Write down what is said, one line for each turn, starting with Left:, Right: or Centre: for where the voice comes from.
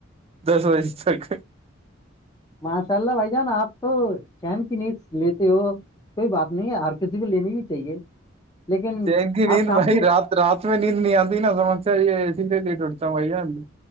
Right: دس بجے تک
Left: ماشاء اللہ بھائی جان آپ تو چین کی ن لیتے ہو کوئی بات نہیں ہے ہر کسی کو لینی بھی چاہیے لیکن
Right: چینکی نیند
Left: آپ شام
Right: بھائی
Left: کو
Right: رات رات میں نیند نہیں آتی نا سمجھ یہ اسی لیے لیے ٹوٹتا ہ بھ